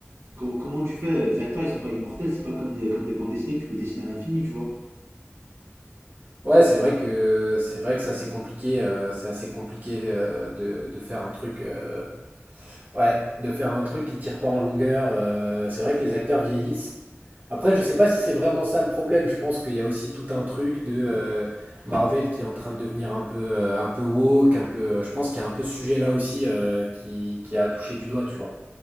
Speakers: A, on the right (about 70°); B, on the right (about 40°).
A: Comment, comment tu fais Les acteurs, ils sont pas immortels, c'est pas comme des, comme des bandes dessinées que tu peux dessiner à l'infini, tu vois.
B: Ouais, c'est vrai que c'est vrai que ça c'est compliqué, euh, c'est assez compliqué euh, de, de faire un truc. euh, Ouais, de faire un truc qui tire pas en longueur. euh, c'est vrai que les acteurs vieillissent. Après, je sais pas si c'est vraiment ça le problème. Je pense qu'il y a aussi tout un truc de euh, Marvel qui est en train de devenir un peu, euh, un peu woke, un peu. euh, je pense qu'il y a un peu ce sujet-là aussi euh, qui, qui a touché du doigt, tu vois.